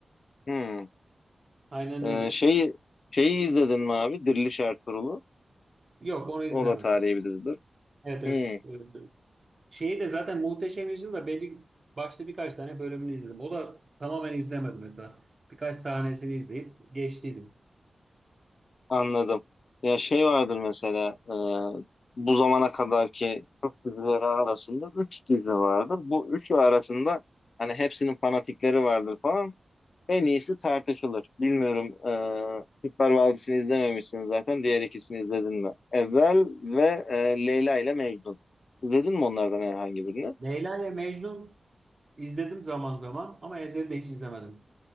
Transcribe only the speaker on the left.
hmm,
e,
şeyi şeyi izledin mi abi? Diriliş Ertuğrul'u.
O da tarihi bir dizidir.
Hmm,
anladım. Ya şey vardır mesela e, bu zamana kadarki Türk dizileri arasında 3 dizi vardır. Bu üçü arasında hani hepsinin fanatikleri vardır falan En iyisi tartışılır. Bilmiyorum. E, Kurtlar Vadisi'ni izlememişsin zaten. Diğer ikisini izledin mi? Ezel ve e, Leyla ile Mecnun. İzledin mi onlardan herhangi birini?